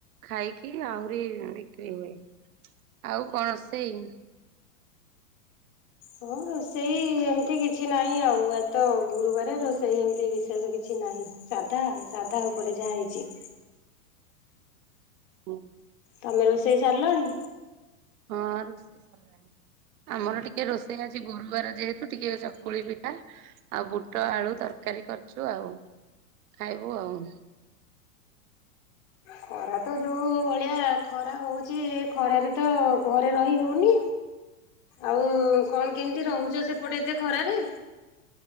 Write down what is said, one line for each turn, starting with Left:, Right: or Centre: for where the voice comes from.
Right: ଖାଇକି ଆହୁରି ବିକ୍ରି ହୁଏ। ଆଉ କଣ ରୋଷେଇ?
Left: ହଁ ରୋଷେଇ ଏମିତି କିଛି ନାହିଁ ଆଉ ଆଜି ତ ଗୁରୁବାର ରୋଷେଇ ଏମିତି ବିଶେଷ କିଛି ନାହିଁ। ସାଧା ଆଉ ସାଧା ଉପରେ ଯାହା ହେଇଛି।
Right: ହୁଁ।
Left: ତମେ ରୋଷେଇ ସାରିଲଣି?
Right: ହଁ ରୋଷେଇ ସରିଲାଣି। ଆମର ଟିକେ ରୋଷେଇ ଆଜି ଗୁରୁବାର ଯେହେତୁ ଟିକେ ଚକୁଳି ପିଠା ଆଉ ବୁଟ ଆଳୁ ତରକାରୀ କରିଛୁ ଆଉ ଖାଇବୁ ଆଉ।
Left: ଖରା ତ ଯୋଉ ଭଳିଆ ଖରା ହଉଛି ଖରାରେ ତ ଘରେ ରହି ହଉନି। ଆଉ କଣ କେମିତି ରହୁଛ ସେପଟେ ଏତେ ଖରାରେ?